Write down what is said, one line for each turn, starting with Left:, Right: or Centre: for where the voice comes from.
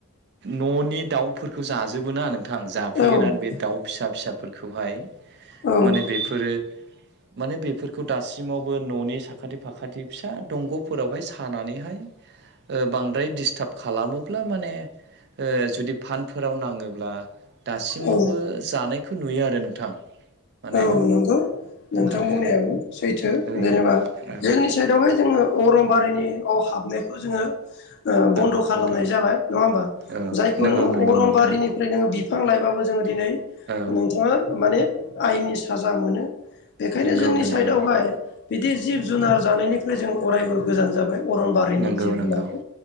Right: न'नि दाउफोरखौ जाजोबोना नोंथां जाफैयोना
Left: औ
Right: बे दाउ फिसा फिसाफोरखौहाय
Left: औ
Right: माने बेफोरो माने बेफोरखौ दासिम सिमावबो न'नि साखाथि फाखाथि फिसा दंग'फोरावहाय सानानैहाय बांद्राय डिस्टार्ब खालामोब्ला माने जुदि फानफोराव नाङोब्ला दासिमावबो
Left: औ
Right: जानायखौ नुयो आरो नोंथां। माने
Left: नांगौ नोंथां
Right: आरो
Left: बुंनायाबो सैथो।
Right: औ
Left: जेनेबा
Right: औ
Left: जोंनि साइडआवहाय जोङो अरनबारिनियाव हाबनायखौ जोङो
Right: औ
Left: बन्द' खालामनाय
Right: नोंथां
Left: जाबाय नङा होमबा
Right: औ
Left: जायखौ
Right: नंगौ
Left: नोङो
Right: नंगौ
Left: अरनबारिनिफ्राय
Right: नोंथां
Left: नोङो बिफां लायबाबो जोङो दिनै
Right: औ
Left: नोंथाङा माने आइनि साजा मोनो बेखायनो
Right: नंगौ
Left: जोंनि
Right: नंगौ
Left: साइडआवहाय बिदि जिब जुनार जानायनिफ्राय जों अरायबो गोजान जाबाय अरनबारिनि
Right: नंगौ
Left: जिब
Right: नंगौ
Left: जुनारखौ